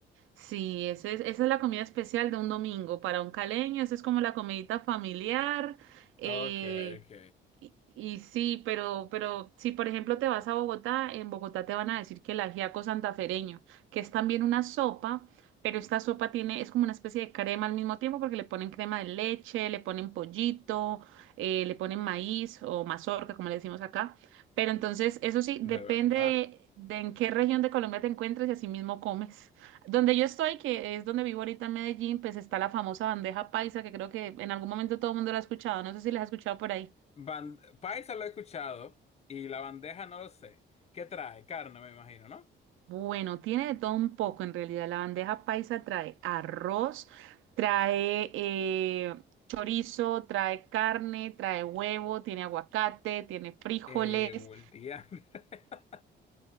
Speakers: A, on the right; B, on the left.
A: Sí, ese es- esa es la comida especial de un domingo. Para un caleño, esa es como la comidita familiar.
B: Ok,
A: eh,
B: ok.
A: y, y sí, pero, pero si por ejemplo te vas a Bogotá, en Bogotá te van a decir que el ajiaco santafereño, que es también una sopa, pero esta sopa tiene, es como una especie de crema al mismo tiempo, porque le ponen crema de leche, le ponen pollito, eh, le ponen maíz o mazorca, como le decimos acá. Pero entonces, eso sí,
B: De
A: depende
B: verdad.
A: de, de en qué región de Colombia te encuentres y así mismo comes. Donde yo estoy, que es donde vivo ahorita en Medellín, pues está la famosa bandeja paisa, que creo que en algún momento todo el mundo la ha escuchado. No sé si la has escuchado por ahí.
B: Ban- Paisa lo he escuchado y la bandeja no lo sé. ¿Qué trae? Carne, me imagino, ¿no?
A: Bueno, tiene de todo un poco en realidad. La bandeja paisa trae arroz, trae eh, chorizo, trae carne, trae huevo, tiene aguacate, tiene frijoles.
B: Eh, o el día. <laughs>